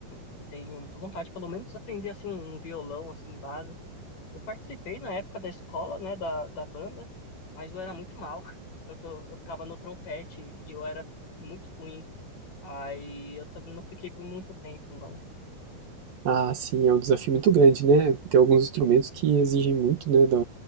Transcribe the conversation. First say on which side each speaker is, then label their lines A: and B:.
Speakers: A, on the left; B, on the right.
A: eu tenho muita vontade, pelo menos, de aprender, assim, um violão, assim, básico. Eu participei na época da escola, né, da, da banda, mas eu era muito mal. <laughs> Eu, tô, eu ficava no trompete e eu era muito ruim. Aí eu também não fiquei por muito tempo, não.
B: Ah, sim, é um desafio muito grande, né? Tem alguns instrumentos que exigem muito, né, da,